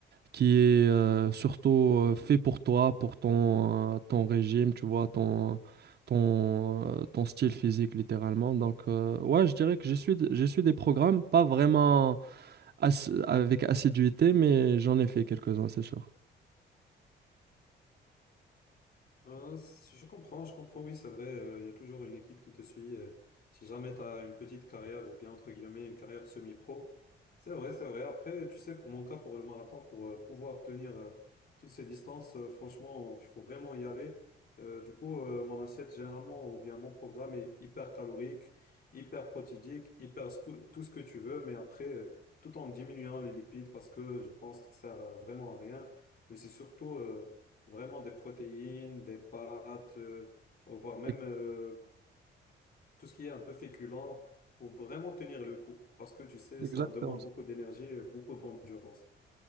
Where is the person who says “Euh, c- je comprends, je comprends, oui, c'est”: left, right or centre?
Left